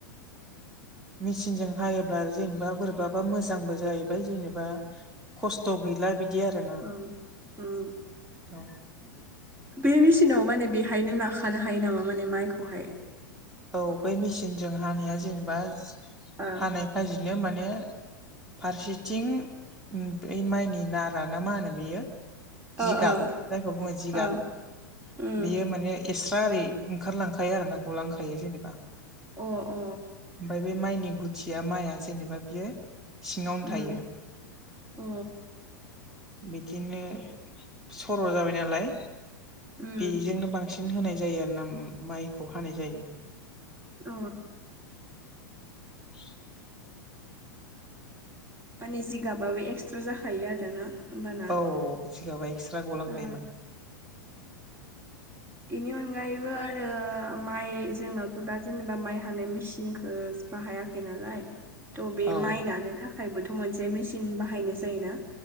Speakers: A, in the centre; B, on the right.
A: मेचिनजों हायोब्ला जेनेबा बोरैबाबा मोजांबो जाहैबाय जेनेबा खस्थ' गैला बिदि आरोना
B: ओ उम
A: औ
B: बे मेसिनाव माने बेहायनो नाखानो हायो नामा माने माइखौहाय
A: औ बै मेचिनजों हानाया जेनेबा
B: ओ
A: हानाय फाजेनो माने फारसेथिं बै माइनि नारा ना मा होनो बेयो जिगाब
B: ओ ओ
A: जायखौ बुङो जिगाब
B: ओ उम
A: बेयो माने एक्सट्रा ओरै ओंखारलांखायो आरोना गलांखायो जेनेबा
B: अ अ
A: ओमफ्राय बे माइनि गुथिया माइआ जेनेबा बियो सिङावनो
B: उम
A: थायो
B: अ
A: बिदिनो सर' जाबाय नालाय
B: उम
A: बेजोंनो बांसिन होनाय जायो आरोना माइखौ हानाय जायो
B: अ
A: <inaudible>
B: माने जिगाबाबो एक्सट्रा जाखायो आरोना होमबाना
A: औ जिगाबा एक्सट्रा गलांखायो
B: औ
A: माने
B: बेनि अनगायैबो आरो माइ जोंनावथ' दा जेनेबा माइ हानाय मेसिनखौ बाहायाखै नालाय थ' बे
A: औ
B: माइ नानो थाखायबोथ' मोनसे मेचिन बाहायनाय जायोना